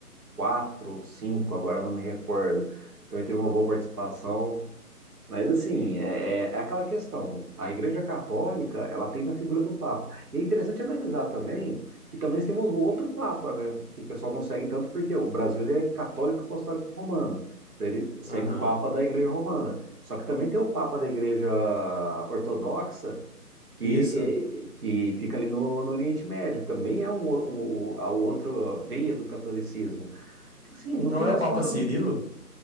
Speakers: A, on the right; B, on the left.
A: quatro ou cinco, agora não me recordo. Então ele teve uma boa participação. Mas assim, é, é- é aquela questão. A Igreja Católica, ela tem na figura do Papa. E é interessante analisar também que também nós temos o outro Papa, né? Que o pessoal não segue tanto porque o Brasil ele é católico apostólico romano. Então ele segue
B: aham,
A: o Papa da Igreja Romana. Só que também tem o Papa da Igreja Ortodoxa, que,
B: Isso.
A: é- que fica ali no, no Oriente Médio, que também é um, o- o- a outra veia do catolicismo. Assim, no
B: Não
A: fim
B: é
A: das
B: o Papa
A: contas,
B: Cirilo?